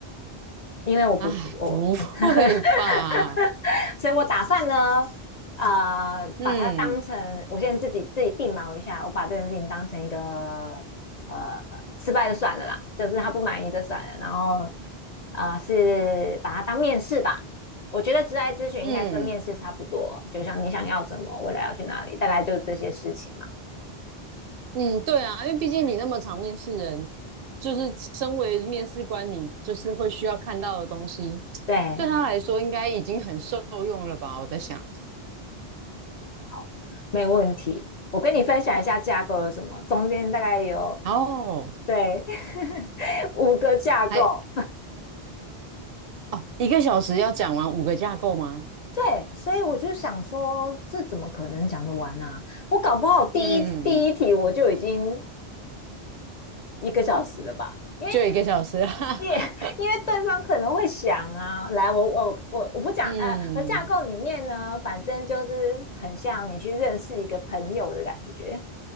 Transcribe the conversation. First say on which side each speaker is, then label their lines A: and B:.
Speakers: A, on the left; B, on the right.
A: 因为我不我，
B: 哎，不会吧？
A: <laughs> 所以我打算呢，呃，
B: 嗯
A: 把它当成我现在自己自己定锚一下，我把这件事情当成一个呃失败就算了啦，就是他不满意就算了，然后呃是把它当面试吧。我觉得职涯咨询应该跟面试差不多，
B: 嗯
A: 就像你想要什么，未来要去哪里，大概就是这些事情嘛。
B: 嗯，对啊，因为毕竟你那么常面试人，就是身为面试官，你就是会需要看到的东西，
A: 对，
B: 对他来说应该已经很受用了吧？我在想，
A: 好，没问题。我跟你分享一下架构有什么，中间大概有
B: 哦，
A: 对。<laughs> 五个架构，
B: 还哦，一个小时要讲完五个架构吗？
A: 对，所以我就想说，这怎么可能讲得完啊？我搞不好第一第一题我就已经
B: 嗯嗯嗯，
A: 一个小时了吧，因为
B: 就一个小时，<laughs> 哈哈，
A: 因为因为对方可能会想啊，来，我我我我不讲，
B: <laughs> 嗯
A: 呃，我架构里面呢，反正就是很像你去认识一个朋友的感觉，